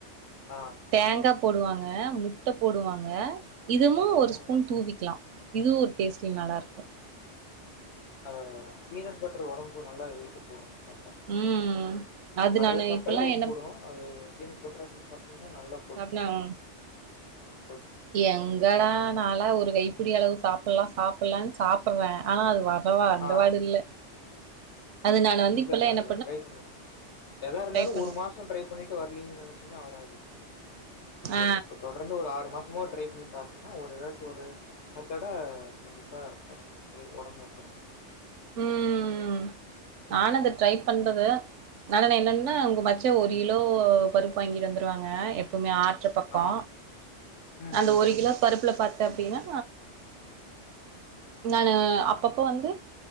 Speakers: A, on the left; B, on the right.
A: ஆ.
B: தேங்கா போடுவாங்க முட்ட போடுவாங்க ய இதுமோ ஒரு
A: ம்.
B: ஸ்பூன் தூவிக்கலா இதுவு ஒரு டேஸ்ட்டிங் நல்லா இருக்கு
A: அத அதா பீனட் பட்டர் ஒடம்புக்கு நல்லா வெயிட்டு போடு சாப்ட்டா
B: ம் அது
A: கடல
B: நானு
A: சாப்ட்டாவே
B: இப்பல்லாம்
A: வெயிட்
B: என்ன
A: போடும் அது பின் குற்ற <unintelligible> இன்னா நல்லா
B: சாப்னா
A: <inaudible>
B: எங்கடா நாளா ஒர் கைப்புடி அளவு சாப்ட்லா சாப்ட்லானு சாப்ட்றே ஆனா அது வர அப்பவு அந்த
A: ஆ.
B: வாடு இல்ல அது நான் வந்து
A: இல்ல
B: இப்பல்லா
A: இல்ல
B: என்ன
A: இல்ல டிரை பண்ண எத இருந்தாலும்
B: ட்ரை பண்
A: ஒரு மாசம் டிரை பண்ணிட்டு வரலீங்கு நெனைச்சுன்னா வராது
B: ஆ
A: ஒரு தொடர்ந்து ஒரு ஆறு மாசம் சும்மா ட்ரை பண்ணி பாத்தீங்கன்னா ஒரு ஏதாச்சும் ஒரு மெத்தட கண்டிப்பா <unintelligible> ஒடம்பு வந்துடும்
B: உம்ம்ம் நானு அந்த ட்ரை பண்ணது னாலென்ன என்னன்னா உங்க மச்ச ஒரு கிலோ பருப்பு வாங்கிட்டு வந்துருவாங்க எப்பவுமே ஆட் ச்ச பக்கோ
A: ஆ ம்
B: அந்த
A: ம்
B: ஒரு
A: ம்
B: கிலோ பருப்புல பாத் த்து அப்படின்னா நானு அப்பப்போ வந்து